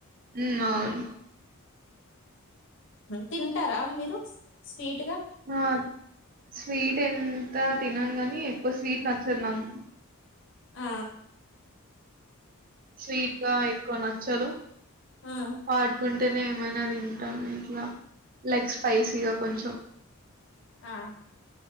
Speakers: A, on the right; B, on the left.
A: హు అవును
B: తింటారా మీరు స్వీట్ గా
A: ఆ స్వీట్ ఎంత తినను గాని ఎక్కువ స్వీట్ నచ్చదు నాకు
B: ఆ
A: స్వీట్ గా ఎక్కువ నచ్చదు
B: ఆ
A: హాట్ గా అంటేనే ఏమైనా తింటాము ఇట్లా లైక్ స్పైసీగా కొంచెం
B: ఆ